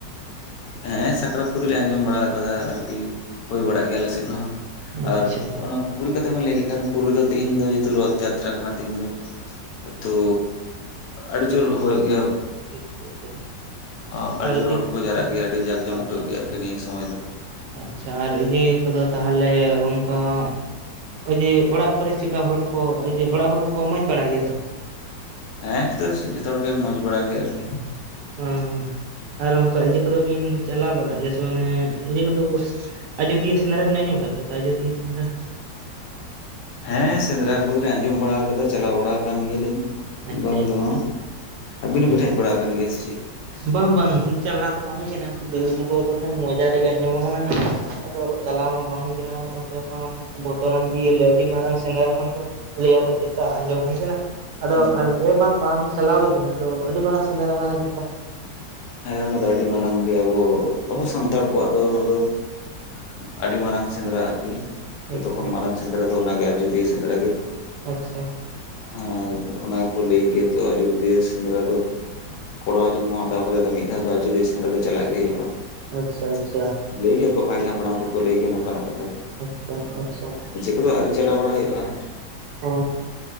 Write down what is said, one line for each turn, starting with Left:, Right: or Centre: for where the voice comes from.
Left: ᱦᱮᱸ ᱥᱟᱠᱨᱟᱛ ᱠᱚᱫᱚᱞᱤᱧ ᱟᱸᱡᱚᱢ ᱵᱟᱲᱟ ᱠᱟᱫᱟ ᱟᱨᱠᱤ ᱦᱳᱭ ᱵᱟᱲᱟᱜ ᱜᱮᱭᱟ ᱟᱞᱮ ᱥᱮᱫ ᱦᱚᱸ
Right: ᱟᱪᱪᱷᱟ
Left: ᱟᱨ ᱚᱱᱟ ᱯᱩᱨᱤ ᱠᱟᱛᱷᱟ ᱵᱤᱱ ᱞᱟᱹᱭ ᱠᱮᱫ ᱠᱷᱟᱱ ᱯᱩᱨᱤ ᱫᱚ ᱛᱮᱦᱮᱧ ᱫᱚ ᱡᱮᱦᱮᱛᱩ ᱨᱚᱛᱷ ᱡᱟᱛᱨᱟ ᱠᱟᱱᱟ ᱛᱮᱦᱮᱧ ᱫᱚ ᱛᱚ ᱟᱹᱰᱤ ᱡᱳᱨ ᱦᱳᱭᱳᱜ ᱜᱮᱭᱟ
Right: <inaudible>
Left: ᱟᱜ ᱟᱹᱰᱤ
Right: ᱟᱨ
Left: ᱡᱳᱨ
Right: ᱤᱭᱟᱹ
Left: ᱦᱚᱲ
Right: ᱠᱚᱫᱚ
Left: ᱠᱚᱠᱚ ᱡᱟᱣᱨᱟᱜ ᱜᱮᱭᱟ ᱟᱹᱰᱤ ᱡᱟᱠ ᱡᱚᱢᱚᱠ
Right: ᱟᱪᱪᱷᱟ
Left: ᱦᱩᱭᱩᱜ
Right: ᱟᱪᱪᱷᱟ
Left: ᱜᱮᱭᱟ ᱟᱨᱠᱤ ᱱᱤᱭᱟᱹ ᱥᱚᱢᱚᱭ ᱫᱚ
Right: ᱟᱪᱪᱷᱟ ᱟᱨ ᱤᱭᱟ. ᱠᱚᱫᱚ ᱛᱟᱦᱚᱞᱮ ᱚᱝᱠᱟ ᱚ ᱡᱮ ᱚᱲᱟᱜ ᱠᱚᱨᱮ ᱪᱮᱠᱟ ᱦᱚᱲ ᱠᱚ ᱚ ᱡᱮ ᱚᱲᱟᱜ ᱦᱚᱲ ᱠᱚᱠᱚ ᱢᱚᱡᱽ ᱵᱟᱲᱟ ᱜᱮᱭᱟ ᱛᱚ?
Left: ᱦᱮᱸ ᱛᱚ ᱡᱷᱚᱛᱚ ᱦᱚᱲᱜᱮ ᱢᱚᱸᱡᱽ ᱵᱟᱲᱟ ᱜᱮ ᱟᱨᱠᱤ᱾
Right: ᱚ ᱟᱨ ᱚᱱᱠᱟ ᱤᱡᱟ. ᱠᱚᱫᱚ ᱵᱤᱱ ᱪᱟᱞᱟᱣ ᱵᱟᱲᱟᱜ ᱜᱮᱭᱟ ᱥᱮ ᱢᱟᱱᱮ ᱤᱡᱟ. ᱠᱚᱫᱚ ᱟᱡᱚᱫᱷᱤᱭᱟᱹ ᱥᱮᱸᱫᱽᱨᱟ ᱵᱤᱱ ᱟᱸᱡᱚᱢ ᱠᱟᱫ ᱜᱮᱭᱟ ᱛᱚ ᱟᱡᱚᱫᱷᱤᱭᱟᱹ ᱥᱮᱸᱫᱽᱨᱟ?
Left: ᱦᱮᱸ ᱥᱮᱸᱫᱽᱨᱟ ᱠᱚᱫᱚᱞᱤᱧ ᱟᱸᱡᱚᱢ ᱵᱟᱲᱟ ᱠᱟᱫᱟ ᱪᱟᱞᱟᱣ ᱵᱟᱲᱟ ᱠᱟᱱ ᱜᱮᱭᱟᱞᱤᱧ
Right: ᱟᱪᱪᱷᱟ
Left: ᱵᱟᱝ
Right: ᱟᱪᱪᱷᱟ
Left: ᱫᱚ ᱵᱟᱝ, ᱟᱹᱵᱤᱱ ᱦᱚᱸᱵᱤᱱ
Right: ᱦᱮᱸ
Left: ᱦᱮᱡ ᱵᱟᱲᱟ ᱠᱟᱱ ᱜᱮᱭᱟ ᱥᱮ ᱪᱮᱫ?
Right: ᱵᱟᱝ ᱵᱟᱝ ᱪᱟᱞᱟᱣ ᱫᱚ ᱵᱟᱝ ᱦᱩᱭ ᱠᱟᱱᱟ, ᱩᱱᱠᱩ ᱫᱟᱹᱫᱩ ᱛᱟᱠᱚ ᱠᱚᱴᱷᱮᱱ ᱢᱚᱡᱟ ᱨᱮᱜᱮ ᱟᱸᱡᱚᱢ ᱠᱟᱱᱟ, ᱟᱫᱚ ᱪᱟᱞᱟᱣ ᱢᱟ ᱵᱟᱝ ᱦᱩᱭ ᱠᱟᱱᱟ ᱚᱸᱰᱮ ᱢᱟ ᱵᱚᱛᱚᱨᱟᱱ ᱡᱤᱭᱟ. ᱞᱤ ᱟᱹᱰᱤ ᱢᱟᱨᱟᱝ ᱥᱮᱸᱫᱽᱨᱟ ᱠᱟᱱ ᱫᱚ ᱞᱮᱭᱟᱠᱚ ᱪᱮᱛᱟ ᱟᱸᱡᱚᱢ ᱦᱩᱭ ᱠᱟᱱᱟ᱾ ᱟᱫᱚ
Left: ᱦᱮᱸ
Right: ᱮᱞ ᱮᱸ ᱵᱟᱝ ᱪᱟᱞᱟ ᱦᱳᱭ ᱠᱟᱱᱟ ᱟᱫᱚ ᱟᱹᱰᱤ ᱢᱟᱨᱟᱝ ᱥᱮᱸᱫᱽᱨᱟ ᱠᱟᱱᱟ ᱥᱮ ᱪᱮᱛᱟ?
Left: ᱦᱮᱸᱚᱱᱟ ᱫᱚ ᱟᱹᱰᱤ ᱢᱟᱨᱟᱝ ᱜᱮ ᱟᱵᱚ, ᱟᱵᱚ
Right: ᱟᱪᱪᱷᱟ
Left: ᱥᱟᱱᱛᱟᱲ ᱠᱚᱣᱟᱜ ᱫᱚ ᱚᱱᱟ ᱫᱚ ᱼᱼ ᱟᱹᱰᱤ ᱢᱟᱨᱟᱝ ᱥᱮᱸᱫᱽᱨᱟ ᱟᱨᱠᱤ, ᱡᱷᱚᱛᱚ
Right: ᱟᱪᱪᱷᱟ
Left: ᱠᱷᱚᱱ ᱢᱟᱨᱟᱝ ᱥᱮᱸᱫᱽᱨᱟ ᱫᱚ ᱚᱱᱟᱜᱮ ᱟᱡᱳᱫᱤᱭᱟᱹ ᱥᱮᱸᱫᱽᱨᱟ ᱜᱮ।
Right: ᱟᱪᱪᱷᱟ ᱾
Left: ᱦᱮᱸ ᱚᱱᱟ ᱦᱚᱠᱚ ᱞᱟᱹᱭ ᱜᱮᱭᱟ ᱛᱚ ᱟᱡᱚᱫᱤᱭᱟᱹ ᱥᱮᱸᱫᱽᱨᱟ ᱫᱚ ᱠᱚᱲᱦᱟ ᱡᱚᱱᱢᱚᱼᱼ ᱦᱟᱛᱟᱣ ᱠᱟᱛᱮ ᱢᱤᱫ ᱫᱷᱟᱣ ᱫᱚ ᱟᱡᱚᱫᱤᱭᱟᱹ ᱥᱮᱫᱽᱨᱟ ᱫᱚ ᱪᱟᱞᱟᱜ ᱜᱮ ᱦᱩᱭᱩᱜᱼᱟ
Right: ᱟᱪᱪᱷᱟ
Left: ᱾
Right: ᱟᱪᱪᱷᱟ
Left: ᱞᱟᱹᱭ ᱜᱮᱭᱟ ᱠᱚ ᱯᱟᱹᱦᱤᱞ ᱦᱟᱯᱼᱼ ᱦᱟᱯᱲᱟᱢ ᱠᱚᱠᱚ ᱞᱟᱹᱭ ᱜᱮᱭᱟ ᱱᱚᱝᱠᱟ ᱱᱟᱜ ᱠᱟᱛᱷᱟ ᱾
Right: ᱚᱠᱛᱚ ᱟᱪᱪᱷᱟ ᱾
Left: <unintelligible> ᱟᱹᱣᱨᱤ ᱪᱟᱞᱟᱣ ᱵᱟᱲᱟ ᱦᱩᱭᱩᱜᱼᱟ ᱾
Right: ᱚ